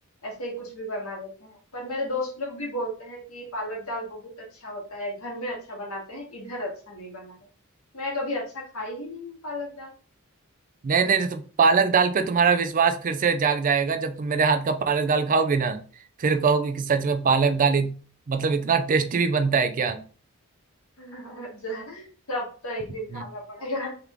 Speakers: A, on the left; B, on the right.
A: ऐसे ही कुछ भी बना देते हैं पर मेरे दोस्त लोग भी बोलते हैं कि पालक दाल बहुत अच्छा होता है घर में अच्छा बनाते हैं इधर अच्छा नहीं बना रहे मैं कभी अच्छा खाई ही नहीं हूँ पालक दाल
B: नहीं नहीं नहीं, तो पालक दाल पे तुम्हारा विश्वास फिर से जाग जाएगा जब तुम मेरे हाथ का पालक दाल खाओगे ना फिर कहोगे कि सच में पालक दाल इत, मतलब इतना टेस्टी भी बनता है क्या
A: <laughs> जा- सब तो एक
B: हम्म।
A: दिन खाना पड़ेगा